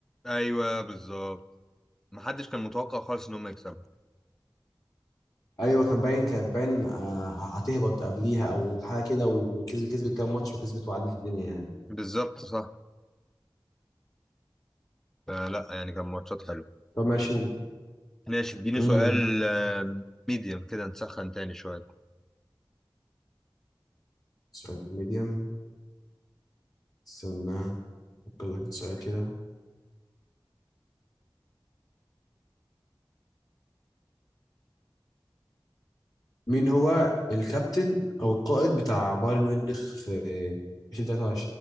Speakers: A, in the centre; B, on the left.
A: ايوه بالظبط محدش كان متوقع خالص ان هم يكسبوا
B: ايوه كان باين كان باين آه، هتهبط قبليها او حاجه كده وكسبت كسبت كام ماتش وكسبت وعدت الدنيا يعني
A: بالظبط صح فلا يعني كان ماتشات حلوه
B: طب ماشي
A: ماشي اديني
B: امم
A: سؤال آه، ميديم كده نسخن تاني شويه
B: سؤال ميديم استنى افكر لك في سؤال كده مين هو الكابتن او القائد بتاع بايرن ميونخ في 2023